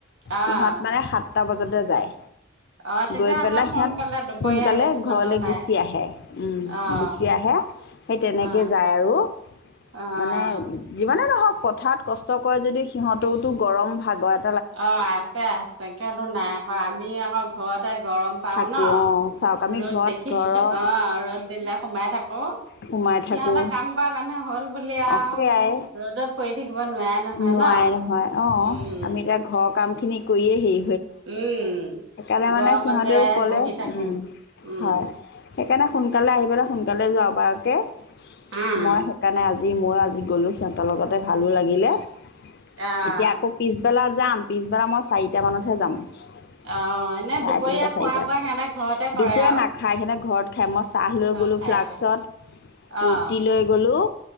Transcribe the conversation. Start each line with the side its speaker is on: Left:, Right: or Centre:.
Right: অ',
Left: সিহঁত মানে সাতটা বজাতে যায়
Right: অ' তেতিয়া
Left: গৈ
Right: অলপমান
Left: পেলাই
Right: সোনকালে
Left: সিহঁত
Right: দুপৰীয়া
Left: সোনকালে
Right: ৰেষ্ট
Left: ঘৰলৈ
Right: ল'ব পাৰে।
Left: গুচি আহে। উম,
Right: অ',
Left: গুচি আহে সেই তেনেকৈ
Right: অ',
Left: যায় আৰু
Right: অ',
Left: মানে যিমানেই নহওঁক। পথাৰত কষ্ট কৰে যদি সিহঁতেওতো গৰম ভাগত
Right: অ' আছে, আছে কিয়নো নাই আকৌ আমি আকৌ ঘৰতে গৰম পাওঁ
Left: থাকোঁ
Right: ন
Left: অঁ চাওক আমি
Right: ৰ'দ
Left: ঘৰত
Right: দেখি
Left: ঘৰৰ
Right: অ' ৰ'দ দিলে সোমাই থাকো
Left: সোমাই
Right: সিহঁতে
Left: থাকোঁ
Right: কাম কৰা মানুহ হ'ল বুলি আৰু
Left: অঁ সেয়াই
Right: ৰ'দত পৰি থাকিব। নোৱাৰে নহয়
Left: নোৱাৰে
Right: ন
Left: নহয় অ'
Right: উম
Left: আমি এতিয়া ঘৰত কাম খিনি কৰিয়ে সেই
Right: উম
Left: সেইকাৰণে মানে
Right: গৰমতে
Left: সিহতেওঁ ক'লে
Right: বহি
Left: উম
Right: থাকো উম
Left: হয় সেইকাৰণে। সোনকালে আহি পেলাই সোনকালে যাব পাৰাকে।
Right: উম
Left: মই সেইকাৰণে আজি <unintelligible> গ'লে সিহঁতৰ লগতে ভালো লাগে। <unintelligible>
Right: অ'
Left: এতিয়া আকৌ পিছবেলা যাম, পিছবেলা মই চাৰিটামানতহে যাম। চাৰে
Right: অ' এনে দুপৰীয়া
Left: তিনিটা, চাৰিটাত।
Right: খোৱা বোৱা সিহঁতে ঘৰতে
Left: দুপৰীয়া
Right: কৰে আৰু
Left: নাখায় সিহঁতে ঘৰত খাই মই চাহ লৈ
Right: ঘৰত
Left: গ'লোঁ
Right: খাই
Left: ফ্লাক্সত
Right: ক অ'
Left: ৰুটি লৈ গ'লোঁ